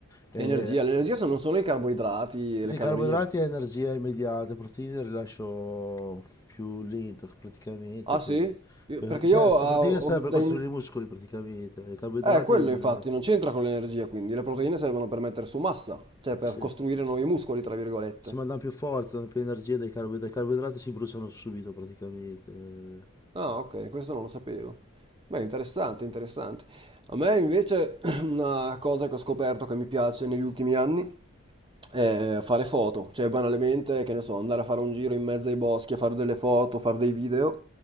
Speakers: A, on the left (about 15°); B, on the right (about 25°).
A: Eh,
B: Energia, l'energia sono solo i carboidrati
A: sì,
B: e le calorie.
A: carboidrati è energia immediata, proteine il rilascio più lento praticamente,
B: Ah
A: poi,
B: sì? Io-
A: per,
B: Perché io...
A: sa- sa-
B: ah,
A: proteine
B: ho-
A: serve per
B: dai-
A: costruire i muscoli praticamente, i carboidrati
B: Eh, quello
A: li,
B: infatti,
A: li-
B: non c'entra con l'energia, quindi le proteine servono per mettere su massa, cioè per
A: sì,
B: costruire nuovi muscoli, tra virgolette.
A: si mandano più forza, danno più energia dai carboidrati, i carboidrati si bruciano subito praticamente, eh.
B: Ah, ok, questo non lo sapevo. Beh, interessante, interessante. A me invece <clears throat> una cosa che ho scoperto che mi piace negli ultimi anni è fare foto, cioè banalmente, che ne so, andare a fare un giro in mezzo ai boschi a fare delle foto, fare dei video.